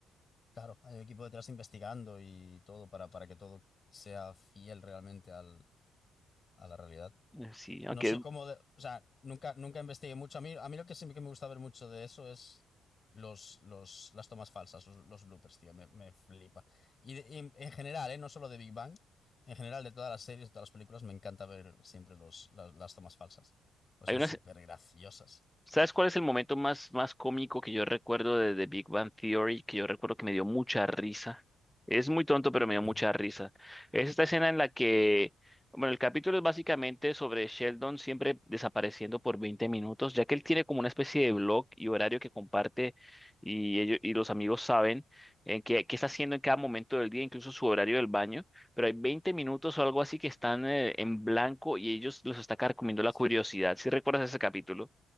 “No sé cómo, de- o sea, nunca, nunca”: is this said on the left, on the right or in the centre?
Left